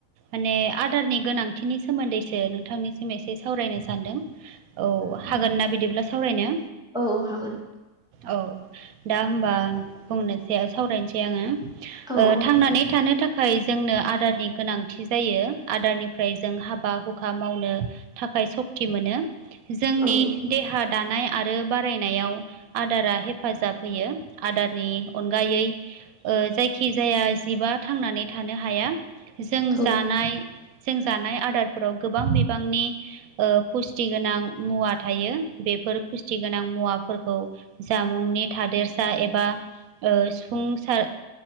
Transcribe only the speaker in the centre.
औ हागोन
औ औ
औ
औ